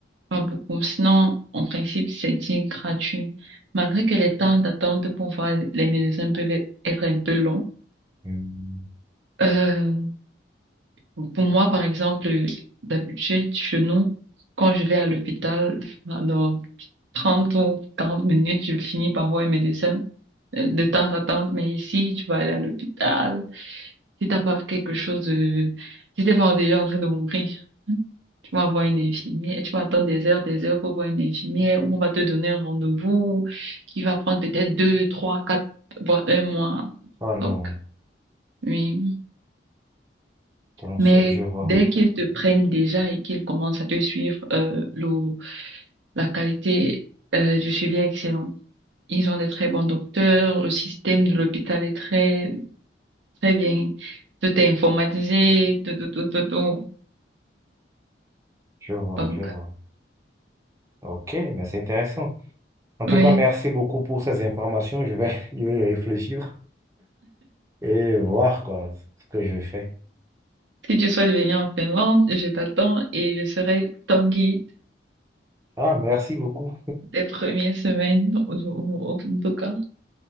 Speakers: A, on the right; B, on the right.
A: Pas beaucoup. Sinon, en principe, c'est dit gratuit. Malgré que les temps d'attente pour voir les médecins peuvent être un peu longs.
B: Mhm.
A: Euh, pour moi, par exemple, d'habitude, chez nous, quand je vais à l'hôpital, dans 30 ou 40 minutes, je finis par voir un médecin euh, de temps d'attente. Mais ici, tu vas aller à l'hôpital. Si t'as pas quelque chose de... Si t'es pas déjà en train de mourir, Tu vas voir une infirmière et tu vas attendre des heures, des heures pour voir une infirmière où on va te donner un rendez-vous qui va prendre peut-être deux, trois, quatre, voire un mois.
B: Oh non,
A: Donc, oui.
B: Comment ça
A: Mais
B: je vois,
A: dès qu'ils te prennent déjà et qu'ils commencent à te suivre, euh, le- la qualité, euh, du suivi est excellente. Ils ont des très bons docteurs, le système de l'hôpital est très, très bien. Tout est informatisé, tout, tout, tout, tout, tout.
B: je vois,
A: Donc,
B: je vois. Ok, mais c'est intéressant. En tout
A: oui.
B: cas, merci beaucoup pour ces informations. Je vais <laughs> y réfléchir et voir quoi, ce que je fais.
A: Si tu souhaites venir en Finlande, je t'attends et je serai ton guide
B: Ah, merci beaucoup.
A: des premières semaines, au, au- au- en tout cas.